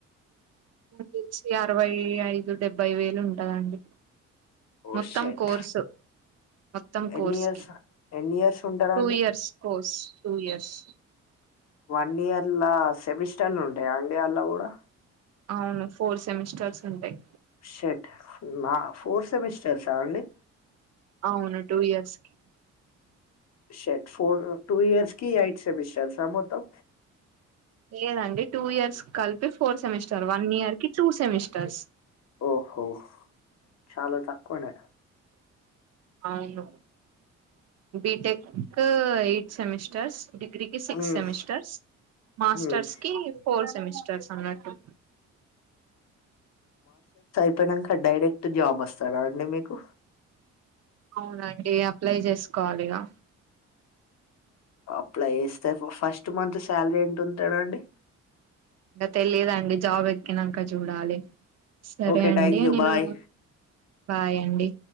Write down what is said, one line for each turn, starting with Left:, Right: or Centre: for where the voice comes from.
Right: కు తెలిసి అరవై ఐదు డెబ్బై వేలు ఉంటదండి
Left: ఓ
Right: మొత్తం
Left: షట్
Right: కోర్సు మొత్తం
Left: ఎన్ని
Right: కోర్స్
Left: ఇయర్స్
Right: కి
Left: ఎన్ని ఇయర్స్ ఉంటారా
Right: టూ
Left: అండి
Right: years course two years
Left: one ఇయర్లా సెమిస్టర్లు ఉంటయా అండి అలొ కూడా
Right: అవును ఫోర్ సెమిస్టర్స్ ఉంటాయ్
Left: షెట్ నా ఫోర్ సెమిస్టర్సా అండి
Right: అవును టూ ఇయర్స్ కి
Left: షెట్ ఫోర్ టూ ఇయర్స్ కి ఎయిట్ సెమిస్టర్సా మొత్తం
Right: లేదండి టూ ఇయర్స్ కి కలిపి ఫోర్ సెమిస్టర్ వన్ ఇయర్ కి టూ సెమిస్టర్స్
Left: ఓహో చాల తక్కువనే
Right: అవును బీటెక్ ఎయిట్ సెమిస్టర్స్ డిగ్రీ కి సిక్స్
Left: హ్మ్.
Right: సెమిస్టర్స్ మాస్టర్స్
Left: హ్మ్.
Right: కి ఫోర్ సెమిస్టర్స్ అన్నట్టు
Left: ప్పయినాంక డైరెక్ట్ జాబ్ అస్తదా అండి మీకు
Right: అవునండి అప్లై చేసుకోవాలి ఇగా
Left: అప్లై చేస్తే ఫస్ట్ మంత్ శాలరీ ఏంతుంటదండి
Right: ఇంకా తెలియదండి జాబ్ ఎక్కినాంక చూడాలి సరే
Left: ఓకే
Right: అండి
Left: థ్యాంక్ యూ
Right: నేను
Left: బాయ్
Right: బాయ్ అండి